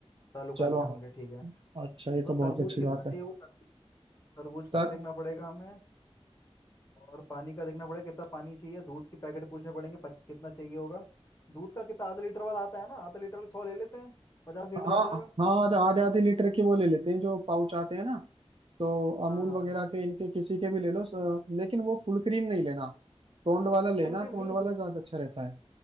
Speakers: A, on the left; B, on the right.
A: ताल्लुकात
B: चलो
A: हैं उनके ठीक है
B: अच्छा ये
A: तो
B: तो
A: तरबूज
B: बहुत अच्छी
A: कितना
B: बात
A: चाहिए
B: है
A: वो तरबूज तरबूज का
B: तर
A: भी देखना पड़ेगा हमें और पानी का देखना पड़ेगा कितना पानी चाहिए दूध की पैकेट पूछने पड़ेंगे पच, कितना चाहिए होगा दूध का कितना आधा लीटर वाला आता है ना आधा लीटर वाला सौ ले लेते हैं पचास लीटर
B: हाँ
A: हो जाएगा
B: हाँ आधा आधे आधे लीटर के वो ले लेते हैं जो पाउच आते हैं ना तो अमूल
A: हाँ हाँ
B: वगैरह
A: हाँ
B: के इनके किसी के भी ले लो स- लेकिन वो फुल क्रीम नहीं लेना टोंड वाला लेना
A: फुल क्रीम
B: टोंड
A: नहीं
B: वाला
A: फुल
B: ज्यादा अच्छा रहता है